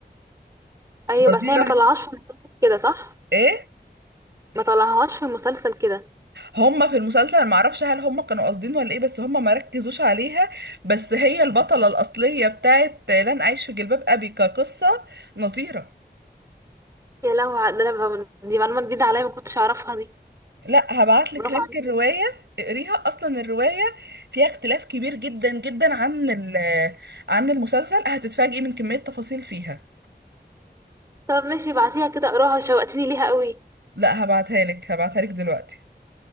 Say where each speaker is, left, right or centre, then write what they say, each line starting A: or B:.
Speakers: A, on the right (about 15°); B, on the right (about 80°).
A: ايوه
B: نظيره
A: بس هي ما طلعهاش في مسلسل كده صح
B: ايه
A: ما طلعهاش في مسلسل كده
B: هما في المسلسل معرفش هل هما كانوا قاصدين ولا ايه بس هما ما ركزوش عليها بس هي البطلة الأصلية بتاعت لن أعيش في جلباب أبي كقصة نظيرة
A: يا لهوي ده انا ب- دي معلومه جديده عليا ما كنتش اعرفها دي
B: لا هبعتلك
A: برافو
B: لينك
A: عليكي
B: الرواية اقريها أصلا الرواية فيها اختلاف كبير جدا جدا عن ال- عن المسلسل هتتفاجئي من كمية تفاصيل فيها
A: طب ماشي ابعتيها كده اقراها شوقتيني ليها قوي
B: لا هبعتها لك هبعتها لك دلوقتي